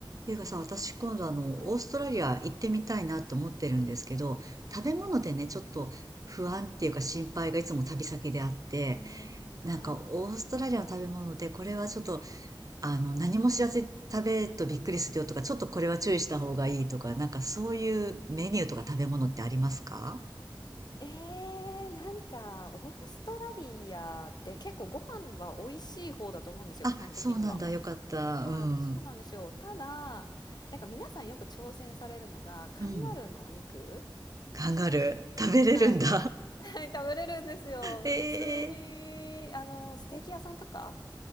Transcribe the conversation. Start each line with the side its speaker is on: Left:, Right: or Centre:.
Right: ていうかさ、私今度あの、
Left: はい、
Right: オーストラリア行ってみたいなと思ってるんですけど、食べ物でね、
Left: はい。
Right: ちょっと不安っていうか心配がいつも旅先であって、
Left: うんうん。うーん、
Right: なんかオーストラリアの食べ物でこれはちょっと、
Left: はい。
Right: あの、何も知らずに食べるとびっくりするよとか、ちょっとこれは注意した方がいいとか、なんかそういうメニューとか食べ物ってありますか
Left: えーなんかオーストラリアって結構ご飯は美味しい方だと思うんですよ、
Right: あ、
Left: 基本的には。
Right: そうなんだ。よかった。
Left: はい。
Right: うん。
Left: そうなんですよ。ただ、なんか皆さんよく挑戦されるのが、カンガルーのお肉
Right: うん。カンガルー。食べれるんだ。
Left: はい。はい、<laughs> 食べれるんですよ。
Right: <laughs>
Left: 普通に、
Right: ええ
Left: あの、ステーキ屋さんとか